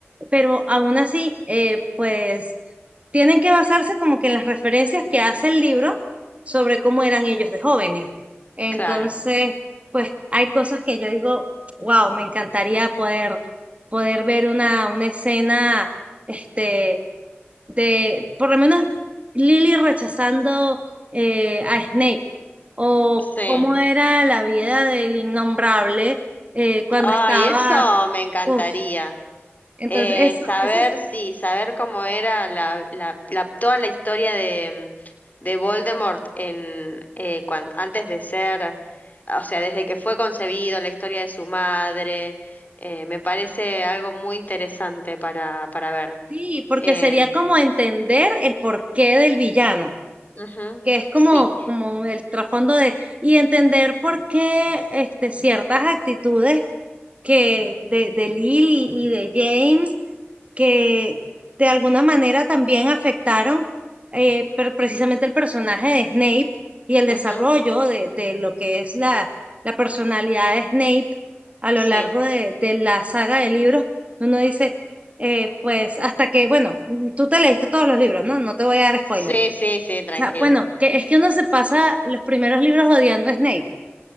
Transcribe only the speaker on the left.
Claro,
sí.
Ay,
eso me encantaría.
Eh,
saber,
sí, saber cómo era la, la, la- toda la historia de, de Voldemort en, eh, cuan- antes de ser, o sea, desde que fue concebido, la historia de su madre, eh, me parece algo muy interesante para, para ver.
Em,
ujú,
sí,
ujú,
sí,
sí, sí, sí,
tranquila.